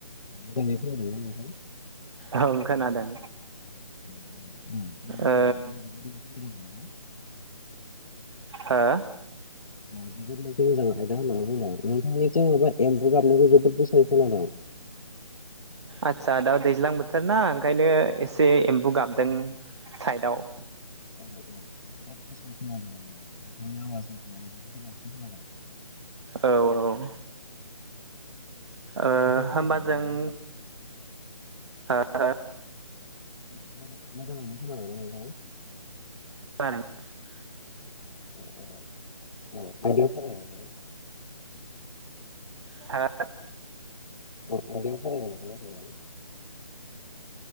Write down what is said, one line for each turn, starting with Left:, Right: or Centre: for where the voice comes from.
Left: दिनै फैनांला नोंथां
Right: औ खोनादों
Left: <unintelligible>
Right: ओ हो
Left: जोबोद मोनसे मोजां आयदा होननानै बुंदों नोंथांनिथि माबा एम्बु गाबनायखौ जोबोद गोसा खोनादों
Right: आस्सा दा दैज्लां बोथोर ना ओंखायनो एसे एम्बौ गाबदों साइदाव
Left: <unintelligible>
Right: औ औ ओ
Left: नोंथाङा खोनाबायना
Right: हामबाजों
Left: दायो
Right: हो हो
Left: <unintelligible>
Right: <unintelligible>
Left: <unintelligible>
Right: हो
Left: <unintelligible>